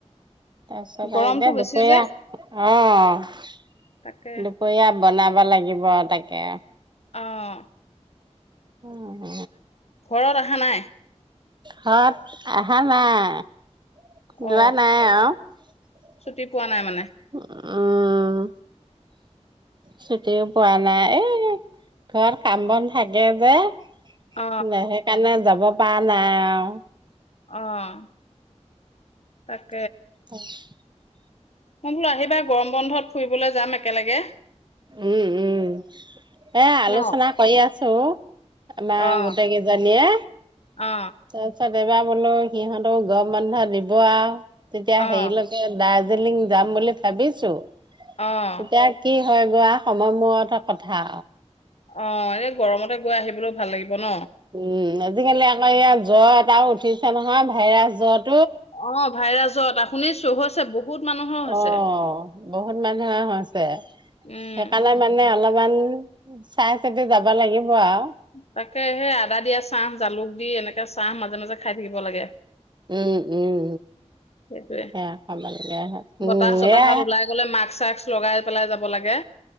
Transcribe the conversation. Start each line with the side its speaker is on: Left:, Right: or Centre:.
Right: তাৰপিছত
Left: গৰমটো
Right: আৰুতি
Left: বেছি
Right: দুপৰীয়া
Left: যে
Right: অহ ',
Left: তাকে
Right: দুপৰীয়া বনাব লাগে লাগিব তাকে।
Left: অহ ',
Right: উম', হ
Left: ঘৰত অহা নাই।
Right: ঘৰত অহা নাই।
Left: অ
Right: যোৱা নাই আৰু
Left: ছুটি পোৱা নাই মানে
Right: উম', ছুটিও পোৱা নাই এহ ঘৰত কাম বন থাগে যে। ন
Left: অ
Right: সেইকাৰণে যাব। বা নাই অহ ',
Left: অহ ', তাক
Right: ত <inaudible>
Left: মই বোলো আহিবা গৰম বন্ধত ফুৰিবলৈ যাম একেলগে।
Right: উম', - উম', এহ ', আলোচনা
Left: ন
Right: কৰি আছো। চ মা
Left: অ
Right: গোট কি জানিয়ে
Left: অ
Right: তাৰ চত বা বোলো সিহঁতক গম বন্ধা দিব আৰু তেতিয়া
Left: অ
Right: হেৰিলৈকে দ দাৰ্জিলিং যাম বুলি ভাবিছো
Left: অ
Right: এয়া কি হৈ গৈ আৰু সময় মূয়তে হে কথা
Left: অ এই গৰমতে গৈ ভাল লাগিব ন
Right: উম আজিকালি আকৌ ইয়াত জ্বৰ এটাও উঠিছে নহয় ভাইৰাছ জ্বৰ
Left: অ ভাইৰাছ জ্বৰ এটা শুনিছো <inaudible> হৈছে।
Right: অ বহুত মানুহে হৈছে
Left: উম
Right: সেইকাৰণে মানে অলপ ইমান চাই চাই যাবা লাগিব আৰু
Left: তাকে সেই আদা দিয়া চাহ জালুক দি এনেকে চাহ মাজে মাজে খাই থাকিব লাগে
Right: উম উম
Left: সেইটোয়ে
Right: সে খালে
Left: বতাহ
Right: উম
Left: চতাহত
Right: এ
Left: ওলাই গলে মাস্ক চাস্ক লগাই পেলাই যাব লাগে